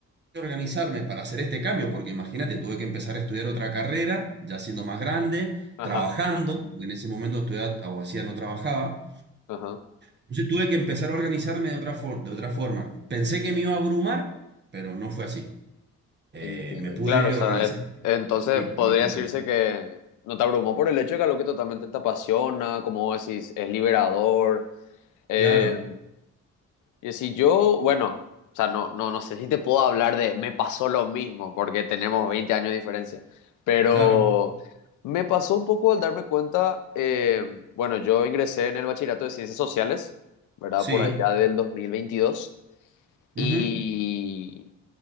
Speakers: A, on the right; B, on the left.
A: de organizarme para hacer este cambio, porque imagínate, tuve que empezar a estudiar otra carrera, ya siendo más grande,
B: Ajá,
A: trabajando, porque en ese momento estudiaba abogacía, no trabajaba.
B: ajá.
A: Entonces tuve que empezar a organizarme de otra for- de otra forma. Pensé que me iba a abrumar, pero no fue así. Eh,
B: Entiende.
A: me pude
B: Claro, o Sí,
A: organizar
B: sí, sea, es- entonces
A: y planificar.
B: podría decirse que no te abrumó por el hecho de que algo que totalmente te apasiona, como vos decís, es liberador. eh,
A: Claro,
B: y si yo, bueno, o sea, no, no, no sé si te puedo hablar de me pasó lo mismo, porque tenemos 20 años de diferencia, pero
A: claro,
B: me pasó un poco al darme cuenta, eh, bueno, yo ingresé en el bachillerato de ciencias sociales, ¿verdad?
A: sí.
B: Por allá del dos mil veintidós Y
A: ujú,